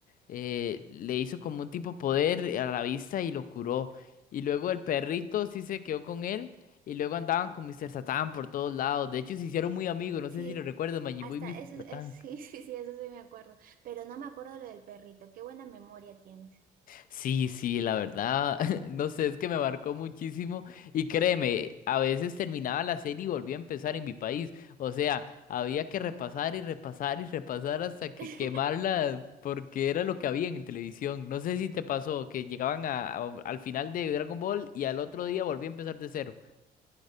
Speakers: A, on the left (about 55°); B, on the right (about 55°).
A: eh, le hizo como un tipo poder a la vista y lo curó. Y luego el perrito sí se quedó con él. Y luego andaban con Mr. Satan por todos lados. De hecho, se hicieron muy amigos. No
B: Sí,
A: sé si lo recuerdas, Majin
B: hasta
A: Buu y Mr.
B: eso,
A: Satan.
B: <laughs> es, sí, sí, sí, eso sí me acuerdo. Pero no me acuerdo lo del perrito. Qué buena memoria tienes.
A: Sí, sí, la verdad. <laughs> No sé, es que me marcó muchísimo. Y créeme, a veces terminaba la serie y volvía a empezar en mi país. O sea, había que
B: Mm.
A: repasar y repasar y repasar hasta que
B: <laughs>
A: quemarla. Porque era lo que había en televisión. No sé si te pasó que llegaban a- a- al final de Dragon Ball y al otro día volvía a empezar de cero.